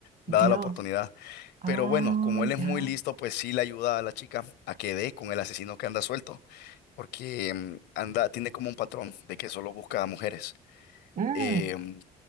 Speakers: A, on the left; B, on the right.
A: dada
B: Dios.
A: la oportunidad.
B: Ah,
A: Pero bueno, como él
B: ya.
A: es muy listo, pues sí le ayuda a la chica a que dé con el asesino que anda suelto, porque mm, anda, tiene como un patrón de que solo busca a mujeres.
B: Mm,
A: Em,